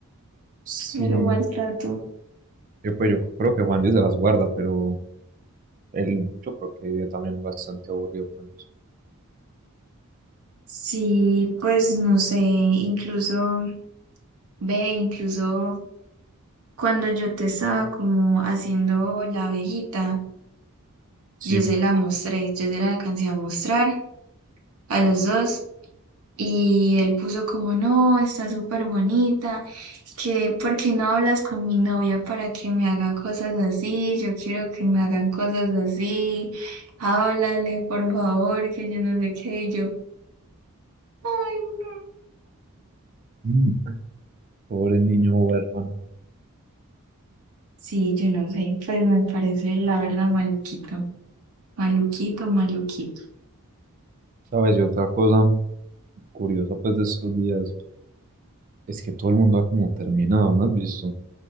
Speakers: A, on the right (about 35°); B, on the right (about 70°).
A: Sí,
B: pero maltrato.
A: yo pues yo creo que Juan Dios se las guarda, pero él yo creo que vive también bastante aburrido con eso.
B: Sí, pues no sé, incluso, ve, incluso cuando yo te estaba como haciendo la abejita,
A: Sí,
B: yo se la mostré, yo se la alcancé a mostrar a los dos Y él puso como, no, está súper bonita, que por qué no hablas con mi novia para que me haga cosas así, yo quiero que me hagan cosas así, háblale por favor, que yo no sé qué, y yo, ay, no.
A: Mm, pobre niño huérfano.
B: Sí, yo no sé, pues me parece la verdad maluquito, maluquito, maluquito.
A: ¿Sabes? Y otra cosa. curiosa pues de estos días es que todo el mundo ha como terminado, ¿no has visto?